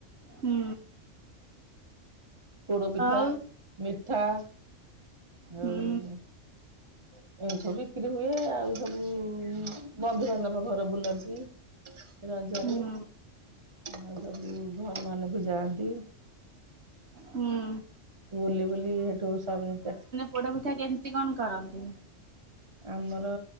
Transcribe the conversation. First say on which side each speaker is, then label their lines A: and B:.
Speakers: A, on the right; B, on the right.
A: ହୁଁ।
B: ପୋଡ଼ପିଠା,
A: ଆଉ
B: ମିଠା ଆଉ
A: ହୁଁ
B: ଏମତି ସବୁ ବିକ୍ରି ହୁଏ। ଆଉ ସବୁ ବନ୍ଧୁବାନ୍ଧବ ଘର ବୁଲନ୍ତି। ରଜରେ
A: ହୁଁ
B: ଆଉ ସବୁ ଘର ମାନଙ୍କୁ ଯାଆନ୍ତି।
A: ହୁଁ
B: ବୁଲି ବୁଲି ହେଠୁ ସ
A: ପୋଡ଼ପିଠା କେମତି କଣ କରନ୍ତି?
B: ଆମର